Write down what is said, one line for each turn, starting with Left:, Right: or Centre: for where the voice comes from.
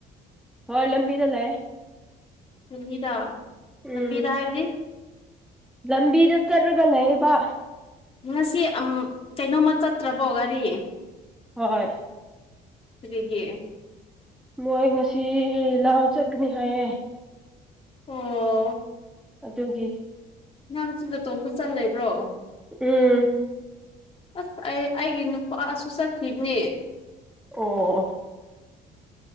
Centre: ꯍ ꯂ ꯂꯝꯕꯤꯤꯗ ꯂꯩꯑ
Left: ꯂꯝꯕꯤꯗꯥ
Centre: ꯎꯝ
Left: ꯂꯝꯕꯤꯗ ꯍꯥꯏꯕꯗꯤ
Centre: ꯂꯝꯕꯤꯗ ꯆꯠꯂꯒ ꯂꯩꯕ
Left: ꯉꯁꯤ ꯀꯩꯅꯣꯝꯃ ꯆꯠꯇ꯭ꯔꯕꯣ ꯒꯥꯔꯤ
Centre: ꯍꯣꯏ
Left: ꯐꯔꯒ
Centre: ꯃꯣꯏ ꯉꯁꯤ ꯂꯥꯛꯑꯣ ꯆꯠꯀꯅꯤ ꯍꯥꯏꯌꯦꯦ
Left: ꯑꯣ
Centre: ꯑꯗꯨꯒꯤ
Left: ꯥꯡꯁꯤꯗ ꯇꯣꯕ ꯆꯠ ꯂꯩꯕ꯭ꯔꯣ
Centre: ꯎꯝ
Left: ꯑꯁ ꯑꯩ ꯑꯩꯒꯤ ꯅꯨꯄꯥꯁꯨꯨꯁꯊꯤꯅꯦ
Centre: ꯑꯣ